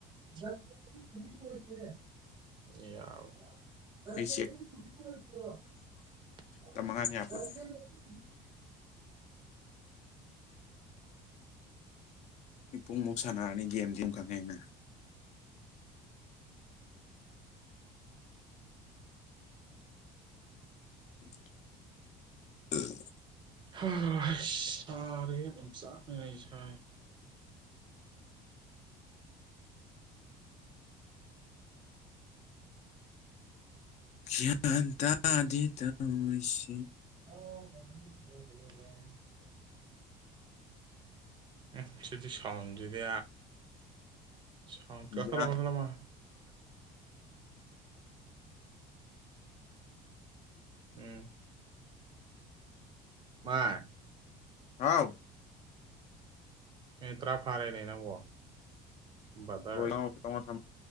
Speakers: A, on the right; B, on the left.
A: <unintelligible> ꯗꯤꯕ
B: ꯑꯩ ꯆꯦꯛ
A: <unintelligible>
B: ꯇꯛ ꯃꯉꯥꯅꯤ ꯌꯥꯄꯣꯠꯇꯦ ꯄꯨꯡꯃꯨꯛ ꯁꯥꯟꯅꯔꯅꯤ ꯒꯦꯝꯗꯤ ꯑꯗꯨꯝ ꯈꯪꯉꯦ ꯑꯩꯅ ꯑꯝ <unintelligible>
A: ꯍꯥ ꯁꯥꯔꯦꯍꯦ ꯑꯣꯝꯆꯥꯛꯅꯔꯦꯍꯦ ꯏꯁꯥꯁꯤ
B: ꯒ꯭꯭ꯌꯥꯟ ꯇꯥꯗꯦ ꯇꯧꯔꯤꯁꯤ
A: ꯍ <unintelligible> ꯎꯝ ꯁꯤꯗꯤ ꯁꯥꯎꯟꯁꯤꯗꯤ ꯁꯥꯎꯟ ꯀꯛꯊꯠꯂꯣ
B: ꯌꯥ <unintelligible>
A: ꯀꯛꯊꯠꯂꯣ ꯃꯥ ꯎꯝ ꯃꯥ
B: ꯍꯥꯎ
A: ꯃꯤꯅꯤꯠ ꯇ꯭ꯔꯥ ꯐꯥꯔꯦꯅꯦ ꯅꯪꯕꯣ ꯕꯗꯔ
B: ꯇ <unintelligible> ꯊ <unintelligible>